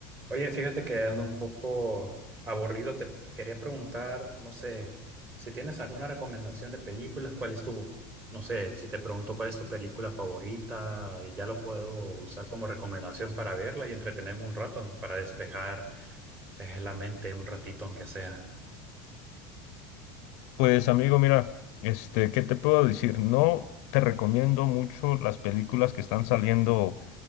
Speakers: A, on the right; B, on the left.
A: Oye, fíjate que ando un poco aburrido. Te quería preguntar, no sé, si tienes alguna recomendación de películas, ¿cuál es tu, no sé, si te pregunto cuál es tu película favorita, y ya lo puedo usar como recomendación para verla y entretenerme un rato, para despejar eh, la mente un ratito, aunque sea.
B: Pues amigo, mira, este, ¿qué te puedo decir? No te recomiendo mucho las películas que están saliendo